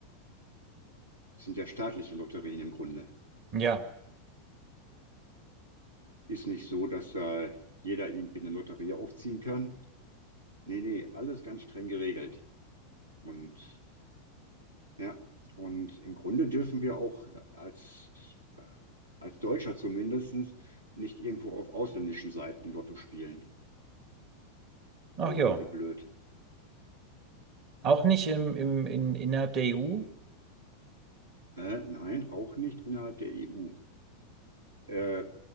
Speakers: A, on the right (about 80°); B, on the right (about 40°).
A: Das sind ja staatliche Lotterien im Grunde.
B: Ja,
A: Ist nicht so, dass äh, jeder irgendwie eine Lotterie aufziehen kann. Nee, nee, alles ganz streng geregelt. Und ja, und im Grunde dürfen wir auch äh, als, äh, als Deutscher zumindest nicht irgendwo auf ausländischen Seiten Lotto spielen.
B: ach
A: Auch
B: ja.
A: irgendwie blöd.
B: Auch nicht im, im, in, innerhalb der EU?
A: Äh, nein, auch nicht innerhalb der EU. Äh,